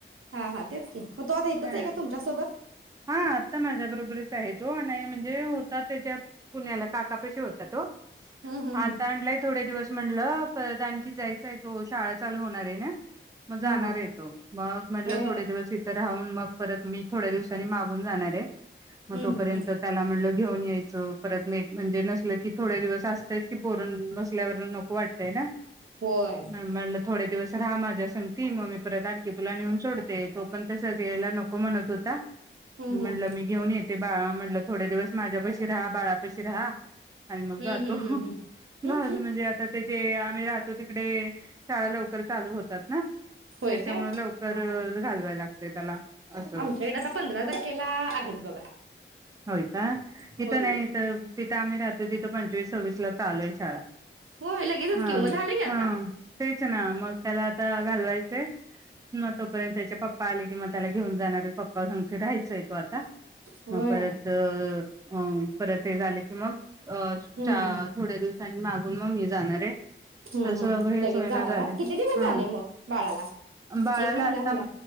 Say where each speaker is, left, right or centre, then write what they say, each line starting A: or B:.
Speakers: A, on the right; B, on the right.
A: हा हा तेच की..... मग तो आता इथंच
B: ह
A: आहे का तुमच्यासोबत
B: हा आता माझ्या बरोबरच आहे तो आणि म्हणजे होता त्याच्या पुण्याला काकापशी होता तो
A: हम्म हम्म
B: आता
A: हम्म
B: आणलाय थोडे दिवस..... म्हंटलं परत आणखी जायचा आहे तो शाळा चालू होणार आहे ना.. मग जाणार
A: हा हा
B: ये तो मग म्हंटलं
A: होय
B: थोडे दिवस इत काऊन मी परत मी थोडया दिवासानी मागुन जाणार हाय मग
A: हम्म
B: तोपर्यंत
A: हम्म हम्म
B: त्याला म्हटलं घेऊन यायचं परत...... म्हणजे नसल की थोडे दिवस असतयच की पोरण नसल्यावर नको वाटतंय ना...
A: होय
B: ह म्हटलं थोडे दिवस.... राहा माझ्या सगती मग मी परत आणखी तुला नेऊन सोडते तो पण... तसच यायला नको म्हणत होता....
A: हम्म
B: म्हंटलं
A: हम्म
B: मी घेऊन येते बाळा म्हटलं थोडे दिवस माझ्यापशी राहा बाळापाशी राहा. आणि मग
A: हम्म
B: जातो
A: हम्म हम्म हम्म
B: म्हणजे
A: हम्म
B: आता त्या.... जे आम्ही राहतो तिकडे शाळा लवकर चालू होतात ना...
A: होय
B: त्याच्यामुळे
A: काय हा
B: लवकर
A: हा
B: घालवाय लागत. ते त्याला.... अस...
A: आमच्या इकडे आता पंधरा तारखेला आहेत बघा
B: होय का
A: होय
B: इथं नाही
A: होय
B: इथ तिथं आम्ही राहतो तिथं पंचवीस सव्वीस ला चालू आहे शाळा
A: होय लगेचच
B: हा
A: कि ओ मग झाले की आता
B: हा तेच ना मग त्याला.. घालवायचे म तोपर्यंत त्याच्या पप्पा..... पाहिले कि म त्याला घेऊन जाणारे पप्पा सांगे राहायचं तो आता....
A: होय
B: मग परत अ........ हा परत हे झाले की मग... अ
A: हम्म हम्म हम्म
B: थोड्या दिवसांनी मागून मग मी जाणार ये
A: हम्म
B: तस
A: हम्म
B: हेच
A: हम्म लगेच
B: होय
A: जाणारा
B: ना झालय
A: किती दिवस
B: हा
A: झाले मग बाळाला
B: बाळाला
A: एक महिना
B: आता
A: झाला